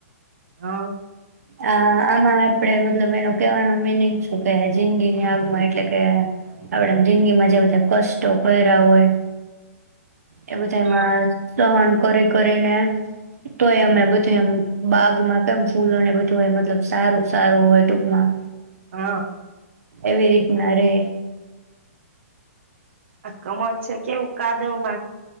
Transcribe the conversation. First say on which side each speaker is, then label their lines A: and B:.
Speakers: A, on the right (about 50°); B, on the right (about 75°).
A: હા.
B: હ આમાં આપડે મતલબ એનો કવાનું મીનિંગ છું કે જિંદગીની આગમાં એટલે કે આપડે જિંદગીમાં જે બધા કષો કોરા હોય. એ બુંધાયમાં
A: હ
B: સહન કરી કરી. તેને તોય અમે બધું એમ બાગમાં કેમ ફૂલોને બધ ધુએ મતલબ સારું સારું હોય ટૂંકમાં
A: હ
B: એવી રીતના. ણે.
A: આ કમળ છે કેવું કાદવ માં